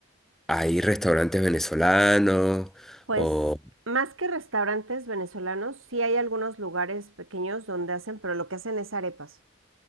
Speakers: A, in the centre; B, on the right.
A: hay restaurantes venezolanos
B: Pues
A: o...
B: más que restaurantes venezolanos, sí hay algunos lugares pequeños donde hacen, pero lo que hacen es arepas.